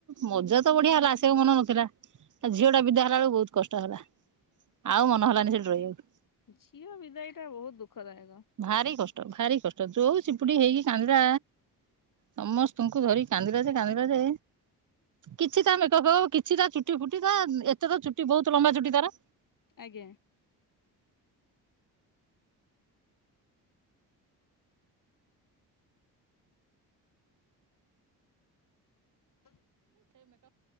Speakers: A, on the right; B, on the left.
A: ମଜା ବଢିଆ ହେଲା ସେ ମନ ନଥିଲା ଝିଅ ଟା ବିଦା ହେଲା ବେଳକୁ ବହୁତ କଷ୍ଟ ହେଲା। ଆଉ ମନ ହେଲାନି ସେଠି ରହିବାକୁ।
B: ଝିଅ ବିଦାଇଟା ବହୁତ ଦୁଃଖ ଦାୟକ। <inaudible>
A: ଭାରି କଷ୍ଟ ଭାରି କଷ୍ଟ ଯୋଉ ଚିପୁଡି ହେଇକି କାନ୍ଦିଲା ସମସ୍ତଙ୍କୁ ଧରି କାନ୍ଦିଲା ଯେ କାନ୍ଦିଲା ଯେ କିଛି ତା ମେକପ୍ କିଛି ତା ଚୁଟି ଫୁଟି ତା ଏତେ ତ ଚୁଟି ବହୁତ ଲମ୍ବା ଚୁଟି ତାର।
B: ଆଜ୍ଞା। ହଁ।